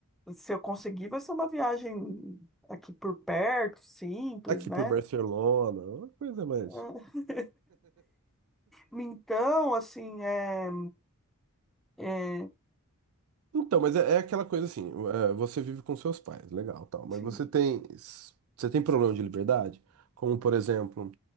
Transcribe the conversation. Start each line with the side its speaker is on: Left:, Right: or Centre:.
Centre: Se eu conseguir, vai ser uma viagem aqui por perto, simples,
Right: Aqui
Centre: né?
Right: por Barcelona, é uma coisa mais.
Centre: É, Então, assim, é, é,
Right: Então, mas é, é aquela coisa assim, é, você vive com seus pais, legal, tal, mas
Centre: assim,
Right: você tem, você tem problema de liberdade? Como, por exemplo,